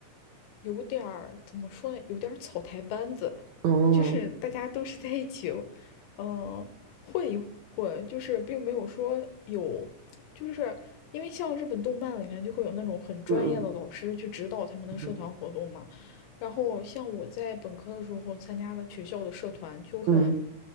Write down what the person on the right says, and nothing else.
哦，
嗯嗯嗯
嗯